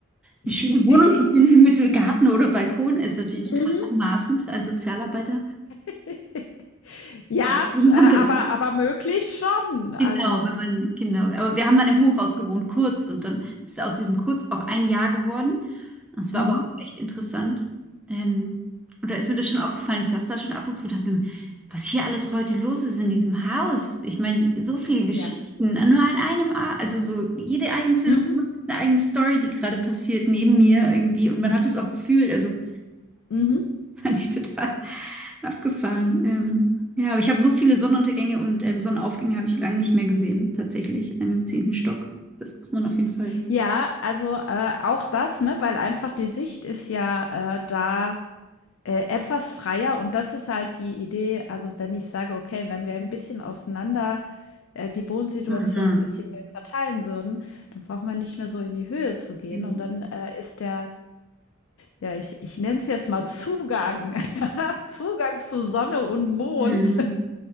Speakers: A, in the centre; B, on the left.
A: eine
B: <laughs>
A: schöne Wohnung zu finden mit Garten oder Balkon ist natürlich
B: Mhm.
A: total anmaßend als Sozialarbeiter.
B: <laughs> Ja,
A: Und den
B: äh, aber
A: haben wir
B: aber möglich schon. Also
A: Genau, wenn man, genau. Aber wir haben dann im Hochhaus gewohnt, kurz. Und dann ist aus diesem Kurz auch ein Jahr geworden. und es war
B: mhm,
A: aber auch echt interessant. Ähm, und da ist mir das schon aufgefallen. Ich saß da schon ab und zu und dachte mir, was hier alles heute los ist in diesem Haus. Ich meine, so viele Geschichten,
B: ja.
A: nur an einem, A also so jede einzelne
B: Mhm,
A: Wohnung hat eine eigene Story, die gerade passiert neben mir irgendwie. Und man hat es auch gefühlt. Also
B: mhm.
A: <laughs> Fand ich total abgefahren. Ähm, ja, aber ich habe so viele Sonnenuntergänge und ähm, Sonnenaufgänge habe ich lange nicht mehr gesehen, tatsächlich, ähm, im zehnten Stock. Das muss man auf jeden Fall.
B: Ja, also, äh, auch das, ne, weil einfach die Sicht ist ja, äh, da, äh, etwas freier und das ist halt die Idee. Also, wenn ich sage: „Okay, wenn wir ein bisschen auseinander, äh, die Wohnsituation
A: Mhm.
B: ein bisschen mehr verteilen würden, dann braucht man nicht mehr so in die Höhe zu gehen.“
A: Mhm.
B: Und dann, äh, ist der ja, ich ich nenne es jetzt mal Zugang <laughs> Zugang zu Sonne und Mond
A: Mhm.